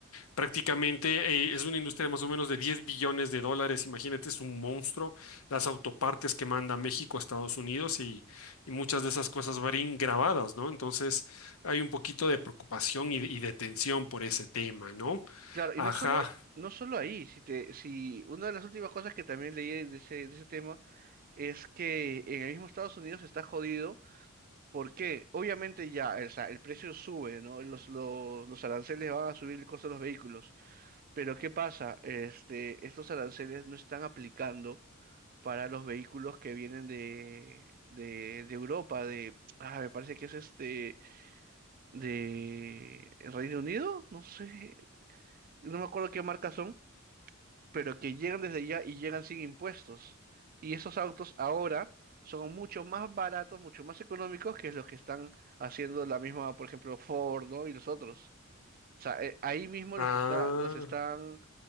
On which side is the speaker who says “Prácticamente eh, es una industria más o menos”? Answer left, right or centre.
Left